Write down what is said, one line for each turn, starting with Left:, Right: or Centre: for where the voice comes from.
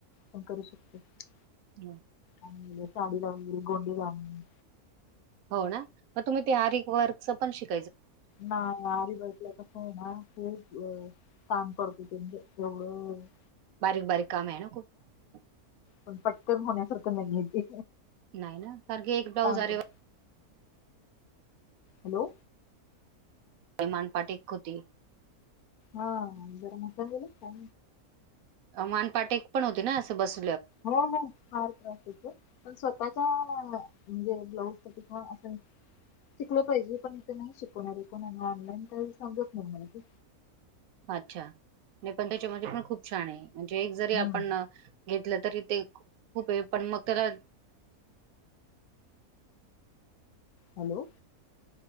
Left: पण करू शकततो.
Right: नाही
Left: आणी साडीला वगैरे गोंडी लावने.
Right: हो ना मग तुम्ही ते आरीक वर्कच पण शिक
Left: नाही आरीक वर्कला कस आहे ना, की काम पडतो. ह <unintelligible>
Right: बारीक बारीक काम आहे ना खूप.
Left: प पटल होण्यासारखं नाहीये ते.
Right: नाही ना कार क एक ब्लाऊज
Left: काम
Right: अरे
Left: पडत.
Right: वर्क
Left: हॅलो.
Right: मान पट एक होती.
Left: हा जरा नंतर बोलू का
Right: मानपाट एक पण होते ना असं बस
Left: हो हो फार त्रास होतो पण स्वतःच्या म्हणजे ब्लाऊज तर पण असे. शिकलं पाहिजे पण ते हित नाही शिकवणार कोण अन ऑनलाईन काय समजत नाही मला ते.
Right: अच्छा नाही पण त्याच्यामध्ये पण खूप छान आहे म्हणजे एक जरी
Left: हम्म
Right: आपण घेतलं तरी ते खूप आहे पण मग त्याला
Left: हॅलो.